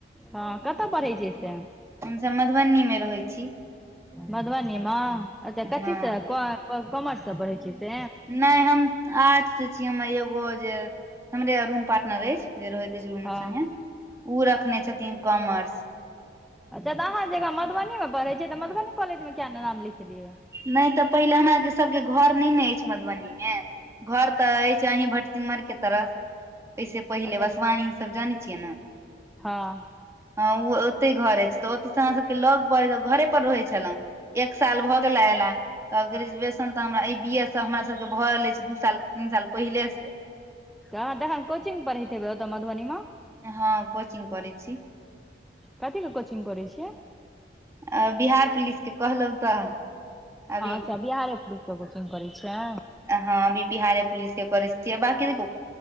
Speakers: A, in the centre; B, on the right.
A: हँ कतऽ पढ़ै छियै से
B: हमसभ मधुबनीमे रहै छी
A: मधुबनी मेऽ कथी
B: हँ
A: से कॉमर्स से पढ़ै छी से
B: नहि हम आर्ट से छी हमर एगो जे हमरे रूम पार्टनर अछि जे रहैत रूम
A: हँ
B: संगे ओ रखने छथिन कॉमर्स
A: अच्छा तऽ अहाँ जक मधबनीमे पढ़ैत छियै तऽ मधुबनी कॉलेज किया नाम लिखेलियै
B: नहि तऽ पहिले हमरा आरके सबके घर नहि ने अछि मधुबनी मे घर तऽ अछि अही भटसिम्हर के तरफ एहिसे पहिले
A: अच्छा
B: वसवानी सब जानै छियै ने
A: हँ
B: ह ओ ओते घर अछि तऽ ओतयसँ अहाँ सबके लग पड़ै घरे पर रहै छले एक साल भऽ गेला ऐला तऽ ग्रेजुएशन तऽ हमरा ई बी एस हमरा सभके भऽ रहल अछि दू साल तीन साल पहिलेसँ
A: अहाँ तखन कोचिग पढ़ैत हेबै ओतऽ मधुबनी मे
B: हँ कोचिंग करै छीये
A: कथी ले कोचिंग करै छियै
B: आ बिहार पुलिसके कहलहुँ तऽ
A: हँ
B: अभी
A: अच्छा बिहारे पुलिसके कोचिंग करै छीये
B: हँ अभी बिहारे पुलिस के करै छियै बकी देख